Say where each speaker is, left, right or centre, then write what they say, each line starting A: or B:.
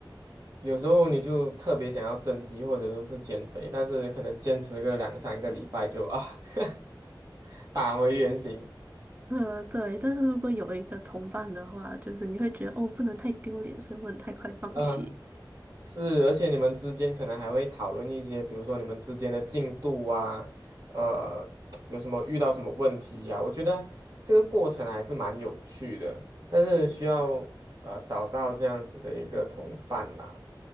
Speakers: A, on the right; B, on the right.
A: 有时候你就特别想要增肌或者说是减肥，但是可能坚持个两三个礼拜就啊 <laughs> 打回原形。
B: 呃，对，但是如果有一个同伴的话，就是你会觉得哦，不能太丢脸，所以不能太快放弃。
A: 嗯是，而且你们之间可能还会讨论一些，比如说你们之间的进度啊，呃，有什么遇到什么问题呀、我觉得这个过程还是蛮有趣的，但是需要呃找到这样子的一个同伴啦，